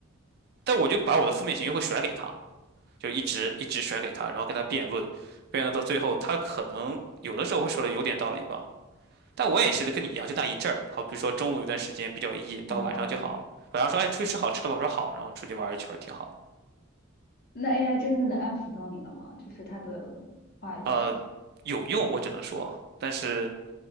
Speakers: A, on the right; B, on the left.
A: 但我就把我的负面情绪会甩给他，就一直一直甩给他，然后跟他辩论，辩论到最后，他可能有的时候会说的有点道理吧，但我也是跟你一样，就那一阵儿，好比如说中午有段时间比较 E，
B: 哦，
A: 到晚上就好了。晚上说，哎，出去吃好吃的吧，我说好，然后出去玩一圈儿挺好。
B: 那 AI 真正的安抚到你了吗？就是他的话语啊，
A: 呃，有用，我只能说，但是